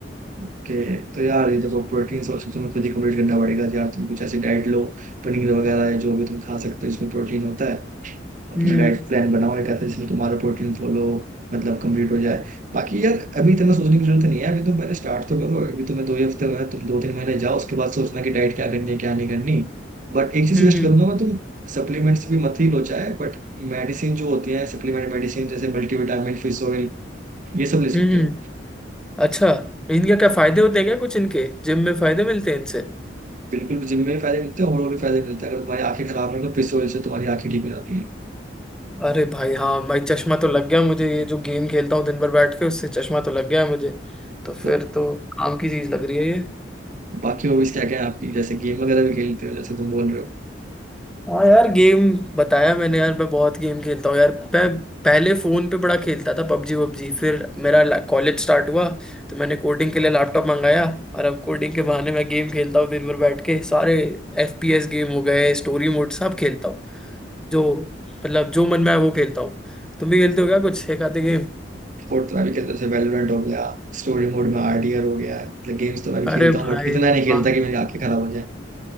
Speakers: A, on the right; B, in the centre.
A: ओके तो यार ये देखो प्रोटीन सोर्स तो तुम्हें खुद ही कंप्लीट करना पड़ेगा तो यार तुम कुछ ऐसी डाइट लो पनीर वगैरह है जो भी तुम खा सकते हो इसमें प्रोटीन होता है अपना
B: हम्म
A: डाइट प्लान बनाओ एक ऐसे जिसमें तुम्हारा प्रोटीन फॉलो मतलब कंप्लीट हो जाए बाकी यार अभी इतना सोचने की जरूरत नहीं है अभी तुम पहले स्टार्ट तो करो अभी तुम्हें दो ही हफ्ते में तुम दो तीन महीने जाओ उसके बाद सोचना कि डाइट क्या करनी है क्या नहीं करनी बट एक चीज
B: हम्म
A: सजेस्ट करूंगा मैं तुम सप्लीमेंट्स भी मत ही लो चाहे बट मेडिसिन जो होती है सप्लीमेंट मेडिसिन जैसे मल्टीविटामिन फिश ऑयल ये सब
B: हम्म
A: ले सकते हो
B: अच्छा इनके क्या फायदे होते हैं क्या कुछ इनके जिम में फायदे मिलते हैं इनसे
A: बिल्कुल जिम में भी फायदे मिलते हैं और भी फायदे मिलते हैं अगर तुम्हारी आंखें खराब है तो फिश ऑयल से तुम्हारी आंखें ठीक हो जाती है
B: अरे भाई हाँ भाई चश्मा तो लग गया मुझे ये जो गेम खेलता हूँ दिन भर बैठ के उससे चश्मा तो लग गया है मुझे तो फिर
A: तो
B: तो काम की चीज लग रही है ये
A: बाकी हॉबीज क्या क्या है आपकी जैसे गेम वगैरह भी खेलते हो जैसे तुम बोल रहे हो
B: हाँ यार गेम बताया मैंने यार मैं बहुत गेम खेलता हूँ यार मैं पहले फोन पे बड़ा खेलता था पबजी वबजी फिर मेरा कॉलेज स्टार्ट हुआ तो मैंने कोडिंग के लिए लैपटॉप मंगाया और अब कोडिंग के बहाने मैं गेम खेलता हूँ दिन भर बैठ के सारे एफपीएस गेम हो गए स्टोरी मोड सब खेलता हूँ जो मतलब जो मन में आए वो खेलता हूँ तुम भी खेलते हो क्या कुछ एक आधे गेम
A: स्पोर्ट तो मैं भी खेलता हूँ जैसे वैलोरेंट हो गया स्टोरी मोड में आरडीआर हो गया मतलब गेम्स तो मैं भी
B: अरे
A: खेलता हूँ
B: भाई
A: बट इतना नहीं खेलता
B: वाह
A: कि मेरी आंखें खराब हो जाए